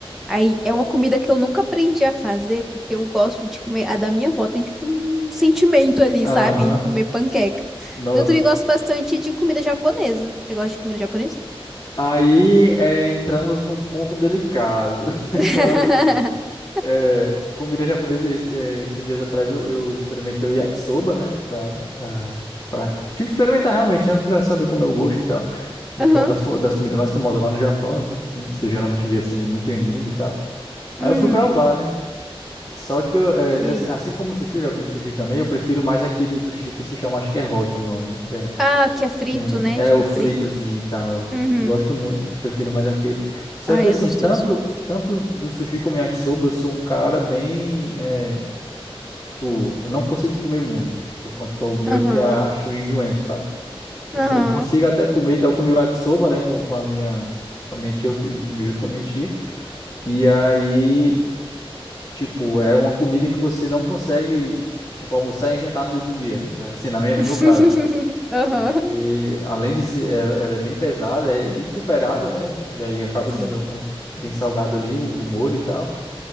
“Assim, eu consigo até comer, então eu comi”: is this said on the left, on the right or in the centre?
Left